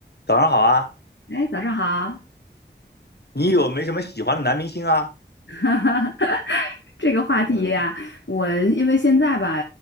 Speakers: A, on the left; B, on the left.
A: 早上好啊，
B: 哎，早上好，
A: 你有没什么喜欢的男明星啊？
B: <laughs> 这个话题呀、
A: 嗯，
B: 我因为现在吧，